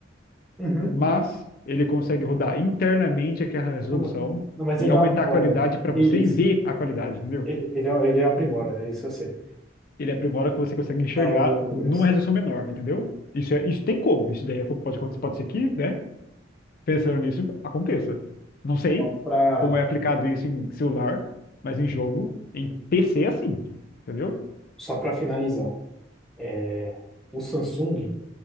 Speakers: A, in the centre; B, on the left (about 50°).
A: Uhum.
B: mas ele consegue rodar internamente aquela resolução
A: Não, ma- não, mas
B: e
A: ele
B: aumentar
A: dá uma aprimorada.
B: a qualidade para você
A: Isso.
B: ver a qualidade, entendeu?
A: Ele, ele, é, ele aprimora, é isso eu sei.
B: Ele aprimora o que você consegue enxergar
A: Não, eu,
B: numa
A: eu sei.
B: resolução menor, entendeu? Isso, é, isso tem como, isso daí acon- pode, acontecer- pode ser que, né? Pensando nisso, aconteça. Não sei
A: Só pra,
B: como é aplicado isso em celular, mas em jogo, em PC é assim, entendeu?
A: só pra finalizar. É, o Samsung.